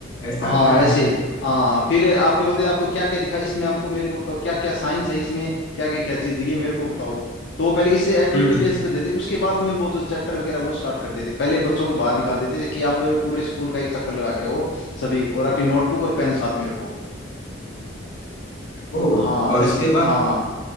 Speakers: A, on the left; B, on the left.
A: ऐसा
B: हाँ
A: था
B: ऐसे हाँ फिर आपके बोलते आपको क्या क्या दिखा इसमें आपको मेरे को बताओ क्या क्या साइंस है इसमें क्या क्या क्या चीज़ है ये मेरे को बताओ तो पहले इसे एक्टिविटी
A: हम्म
B: बेस पे देते उसके बाद में वो जो चैप्टर वगैरह वो स्टार्ट करते थे पहले बच्चों को बाहर निकाल देते थे कि आप पूरे स्कूल का एक चक्कर लगा के आओ सभी और अपनी नोटबुक और पेन साथ में रखो
A: ओ
B: हाँ
A: और
B: ऐसे
A: उसके बाद
B: हाँ